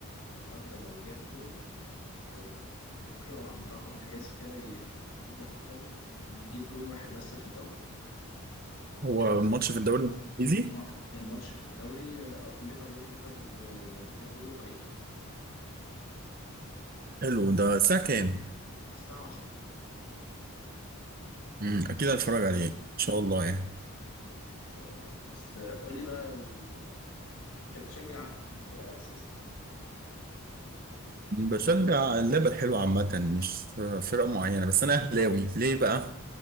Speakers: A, on the left; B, on the right.
A: النهارده لو جاب جون يعني هو يف- يفرقوا عن رقم قياسي كده يح- جديد يحطمه انه يجيب جون واحد بس في الدوري
B: هو
A: ف
B: ماتش في الدوري الانجليزي
A: ما- الماتش في الدوري آه، ليفر ليفر آه، ليفربول وبريتون
B: حلو ده الساعة كام؟
A: الساعة 10
B: امم اكيد هتفرج عليه ان شاء الله يعني
A: إن شاء الله بس قول لي بقى ال... أنت بتشجع أنهي فرقة أساسا؟
B: بشجع اللعبة الحلوة عامة مش آه، فرق معينة بس انا اهلاوي ليه بقى؟